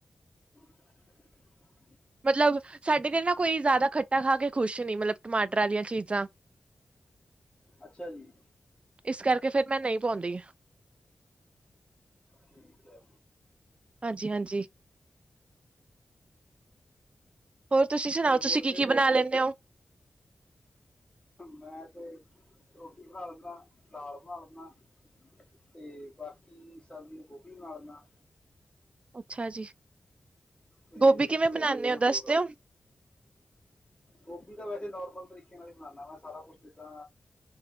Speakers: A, on the left (about 15°); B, on the right (about 40°).
A: <unintelligible>
B: ਮਤਲਬ, ਸਾਡੇ ਵੀ ਨਾ, ਕੋਈ ਜ਼ਿਆਦਾ ਖੱਟਾ ਖਾ ਕੇ ਖੁਸ਼ ਨਈ, ਮਤਲਬ ਟਮਾਟਰ ਵਾਲੀਆਂ ਚੀਜ਼ਾਂ।
A: ਅੱਛਾ ਜੀ।
B: ਇਸ ਕਰਕੇ ਫੇਰ ਮੈਂ ਨਹੀ ਪਾਉਂਦੀ।
A: ਠੀਕ ਹੈ
B: ਹਾਂਜੀ-ਹਾਂਜੀ। ਹੋਰ ਤੁਸੀ ਸੁਣਾਓ,
A: ਤੇ ਹੋਰ
B: ਤੁਸੀ ਕੀ
A: ਕਿਹੜੀ
B: ਕੀ ਬਣਾ ਲੈਂਨੇ ਓ?
A: ਮੈਂ ਤੇ ਰੋਟੀ ਬਣਾ ਲੈਂਦਾ ਦਾਲ ਬਣਾ ਲੈਂਦਾ। ਤੇ ਬਾਕੀ ਸਬਜੀ ਗੋਭੀ ਬਣਾ ਲੈਂਦਾ।
B: ਅੱਛਾ ਜੀ,
A: ਤੇ
B: ਗੋਭੀ ਕਿਵੇਂ
A: ਇੱਕ ਦੋ
B: ਬਣਾਉਦੇ
A: ਸਬਜ਼ੀਆਂ
B: ਹੋ ਦੱਸ
A: ਹੋਰ
B: ਦਿਓ?
A: ਗੋਭੀ ਤਾਂ ਵੈਸੇ ਨੋਰਮਲ ਤਰੀਕੇ ਨਾਲ ਹੀ ਬਣਾਨਾ ਵਾਂ ਸਾਰਾ ਕੁਛ ਜਿੱਦਾਂ।